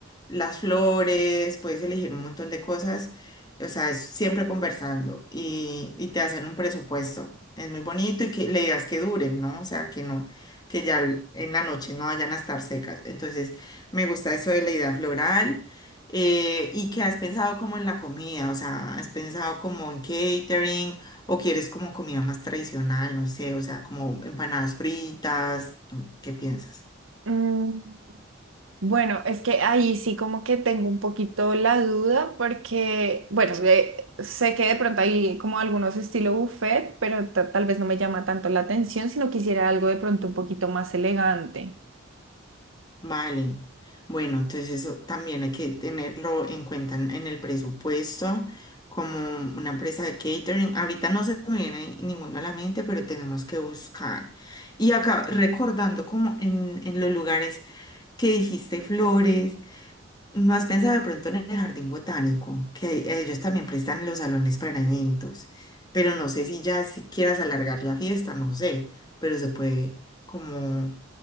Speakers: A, on the left (about 20°); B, on the right (about 80°).
A: las flores, puedes elegir un montón de cosas, o sea, es siempre conversando y, y te hacen un presupuesto. Es muy bonito y que le digas que duren, ¿no? O sea, que no, que ya l- en la noche no vayan a estar secas. Entonces, me gusta eso de la idea floral. eh, y que has pensado como en la comida, o sea, has pensado como en catering o quieres como comida más tradicional, no sé, o sea, como empanadas fritas, ¿qué piensas?
B: <laughs> Bueno, es que ahí sí como que tengo un poquito la duda porque, bueno, de- sé que de pronto hay como algunos estilo buffet, pero ta- tal vez no me llama tanto la atención, sino quisiera algo de pronto un poquito más elegante.
A: Vale. Bueno, entonces eso también hay que tenerlo en cuenta en en el presupuesto como una empresa de catering. Ahorita no se me viene ninguna a la mente, pero tenemos que buscar. Y acá recordando como en, en los lugares que dijiste flores, ¿no has pensado de pronto en el jardín botánico? Que ellos también prestan los salones para eventos, pero no sé si ya si quieras alargar la fiesta, no sé, pero se puede como